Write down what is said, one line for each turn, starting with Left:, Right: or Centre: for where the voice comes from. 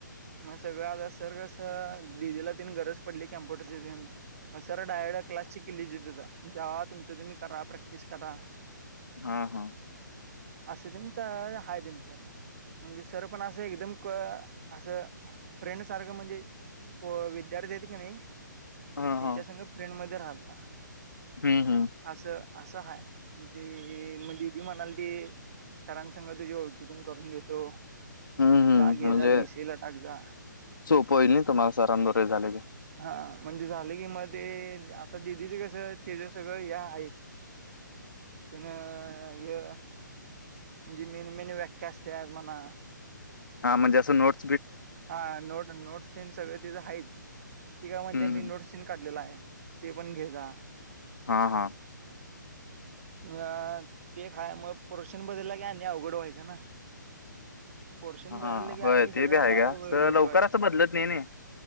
Right: म सगळं आता सर कसं अ, दिदीला तेन गरज पडली, कॅम्प्युटरची तेन मग सर डायरेक्ट क्लासची किल्ली देत होत, जावा तुमचं तुम्ही करा प्रॅक्टिस करा.
Left: हा, हा.
Right: असे त्यांचं, हाय त्यांचं म्हणजे सर पण असं, एकदम कं असं, फ्रेंड सारखं म्हणजे पो विद्यार्थी आहेत कानी त्यांच्या
Left: हा हा.
Right: संग, फ्रेंड मध्ये राहलता
Left: हम्म, हममः
Right: असं-असं हाय, ते दीदी म्हनालती सरासंग तुझे ओळकी तेन करून घेतो.
Left: हम्म हम्म
Right: जा घेल्या
Left: म्हणजे
Right: बेसीला, टाक जा.
Left: सोपं होईल नाही तुम्हाला सरांबरोबर झाले की.
Right: हा म्हणजे झाले की, मग ते आता दिदीच कसं, तेच्या सगळं या हाय. त्यान हेअ म्हणजे मेन-मेन व्याख्या असत्यात म्हणा
Left: हां म्हज असं नोट
Right: हा नोट-नोटस तेन सगळ तिज हायत. ती का म्हणते
Left: हम्म
Right: मी
Left: हम्म.
Right: नोट्स तेन काढलेला आहे, ते पण, घे जा
Left: हा, हा.
Right: <unintelligible> <inaudible> अ.. ते खाय मग प्रोरशन बदलला की, आणि अवघड व्हायचं ना? पोर्शन
Left: हा
Right: बदलकीं,
Left: होय
Right: आणि सगळं
Left: ते का? आहे
Right: डाव
Left: घ्या सगळं
Right: डिस
Left: लवकरचपं
Right: व्हायचा
Left: लत नइ नी